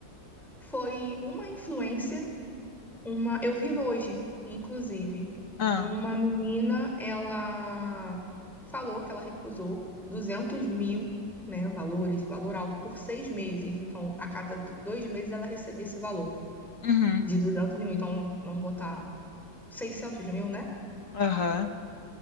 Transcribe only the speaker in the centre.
foi uma influencer, uma, eu vi hoje, inclusive,
uma menina, ela falou que ela recusou 200 mil, né, valores, valor alto, por seis meses. Então, a cada do- dois meses ela recebia esse valor
de 200 mil. Então, vamos botar 600 mil, né?